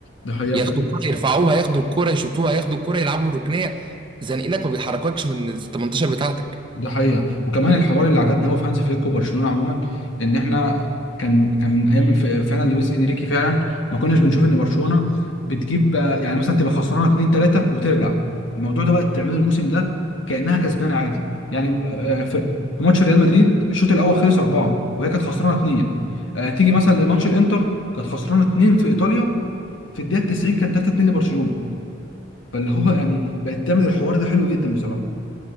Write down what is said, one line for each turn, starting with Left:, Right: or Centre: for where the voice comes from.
Left: ده حقيقة
Right: ياخدوا الكرة يرفعوها ياخدوا الكرة يشوطوها ياخدوا الكرة يلعبوا الركنية زنقينك ما بيحرككش من ال 18 بتاعتك
Left: ده حقيقة وكمان الحوار اللي عجبني قوي في هانز فليك وبرشلونة عموما ان احنا كان كان من ايام ف- فعلا لويس انريكي فعلا ما كناش بنشوف ان برشلونة بتجيب آه، يعني مثلا تبقى خسرانة 2 3 وترجع الموضوع ده بقى تعمله الموسم ده كأنها كسبانة عادي يعني آه، في في ماتش ريال مدريد الشوط الاول خلص 4 وهي كانت خسرانة 2 آه، تيجي مثلا لماتش الانتر كانت خسرانة 2 في ايطاليا في الدقيقة 90 كان 3 2 لبرشلونة فاللي هو يعني بقت تعمل الحوار ده حلو جدا بصراحة